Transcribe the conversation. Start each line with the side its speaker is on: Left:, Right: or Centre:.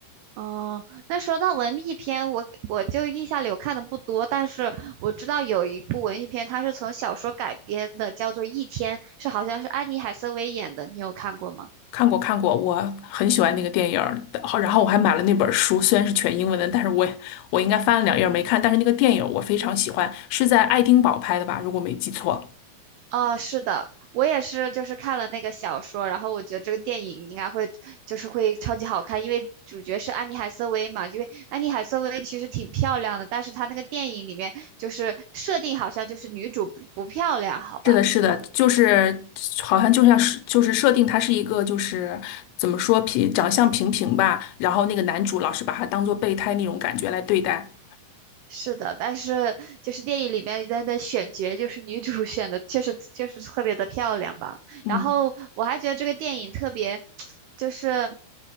Right: 哦，那说到文艺片，我我就印象里我看的不多，但是我知道有一部文艺片，它是从小说改编的，叫做《一天》，是好像是安妮海瑟薇演的，你有看过吗？
Left: 看过，看过，我很喜欢那个电影儿，好然后我还买了那本书，虽然是全英文的，但是我我应该翻了两页儿没看，但是那个电影儿我非常喜欢，是在爱丁堡拍的吧，如果没记错。
Right: 哦，是的，我也是，就是看了那个小说，然后我觉得这个电影应该会，就是会超级好看，因为主角是安妮海瑟薇嘛，因为安妮海瑟薇其实挺漂亮的，但是她那个电影里面就是设定好像就是女主不不漂亮，好吧，
Left: 是的，是的，
Right: 是吧？
Left: 就是好像就像是就是设定他是一个就是怎么说平长相平平吧，然后那个男主老是把他当做备胎那种感觉来对待。
Right: 是的，但是就是电影里边的的选角，就是女主选的确实确实特别的漂亮吧。
Left: 嗯，
Right: 然后我还觉得这个电影特别，<tsk> 就是